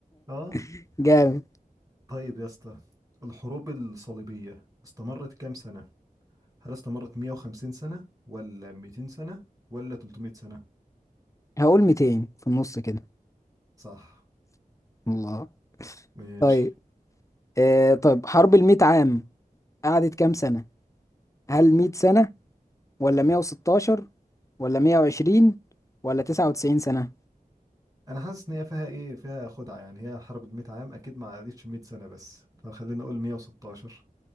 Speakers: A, on the right; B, on the left.
A: اه
B: <laughs> جامد
A: طيب يا اسطى الحروب الصليبية استمرت كام سنة هل استمرت 150 سنة ولا 200 سنة ولا 300 سنة
B: هقول 200 في النص كده
A: صح
B: الله
A: ماشي
B: طيب آه طب حرب الميت عام قعدت كام سنة هل 100 سنة ولا 116 ولا 120 ولا 99 سنة
A: انا حاسس ان هي فيها ايه فيها خدعة يعني هي حرب ال 100 عام اكيد ما عدتش 100 سنة بس فخلينا نقول 116